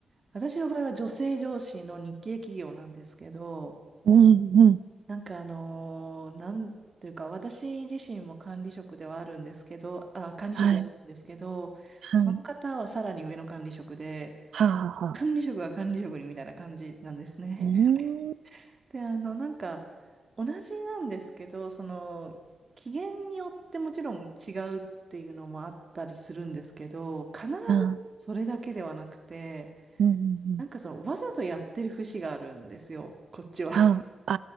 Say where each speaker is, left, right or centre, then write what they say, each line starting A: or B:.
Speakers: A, on the right; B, on the right.
A: 私の場合は女性上司の日系企業なんですけど、
B: うんうん。
A: なんかあの、なんていうか、私自身も管理職ではあるんですけど、あ、管理職だったんですけど、
B: はい、はい。
A: その方はさらに上の管理職で、
B: はあ、はあ、はあ。
A: 管理職は管理職にみたいな感じなんですね。
B: うーん。
A: <laughs> で、あの、なんか、同じなんですけど、その、機嫌によってもちろん違うっていうのもあったりするんですけど、必ずそれだけではなくて、
B: ああ、うんうんうん。
A: なんかその、わざとやってる節があるんですよ、こっちは。
B: はあ、
A: <laughs>